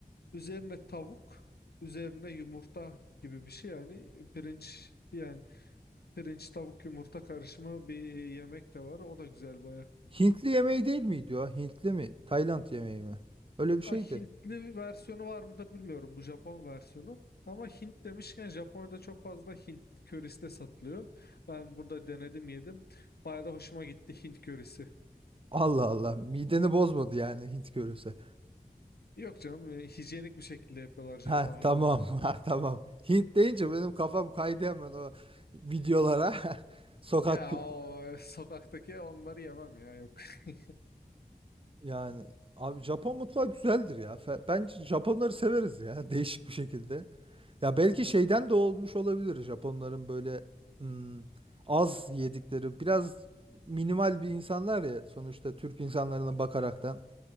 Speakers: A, on the left; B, on the right.
A: Üzerine tavuk, üzerine yumurta gibi bir şey yani pirinç yani pirinç tavuk yumurta karışımı bir e, yemek de var. O da güzel baya.
B: Hintli yemeği değil miydi o? Hintli mi? Tayland yemeği mi? Öyle bir şeydi.
A: Ha, Hintli bir versiyonu var mıdır bilmiyorum bu Japon versiyonu. Ama Hint demişken Japonya'da çok fazla Hint körisi de satılıyor. Ben burada denedim yedim. Baya da hoşuma gitti Hint körisi.
B: Allah Allah. Mideni bozmadı yani Hint görürse.
A: Yok canım e, hijyenik bir şekilde yapıyorlar Japonya'da
B: Ha tamam.
A: hani.
B: <laughs> Ha tamam. Hint deyince benim kafam kaydı hemen o videolara. <laughs> Sokak
A: Ya
B: kültürü
A: o e, sokaktaki onları yemem ya yok. <laughs>
B: yani. Abi Japon mutfağı güzeldir ya. Fe- Bence Japonları severiz ya <laughs> değişik bir şekilde. Ya belki şeyden de olmuş olabilir Japonların böyle hmm, az yedikleri biraz minimal bir insanlar ya sonuçta Türk insanlarına bakaraktan.